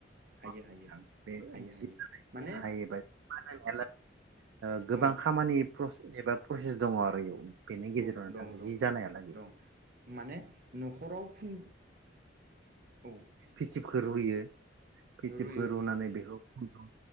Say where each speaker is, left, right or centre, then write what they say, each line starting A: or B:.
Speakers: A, on the right; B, on the right.
A: हायो
B: बे
A: हायो हायो
B: जि
A: हायो
B: बानायनो
A: माने
B: हायोबा बानाय ओ गोबां
A: औ
B: खामानि प्रस एबा प्रसेस दङ आरो इयाव। बेनि
A: औ
B: गेजेरावनो
A: दं
B: नोंथां
A: दं
B: जि जानाय आरो
A: दं माने नख'राव फिन औ
B: फिथिबखौ रुयो। फिथिबखौ
A: रुयो
B: रुनानै
A: रुयो रुयो
B: बेखौ खुन्दुं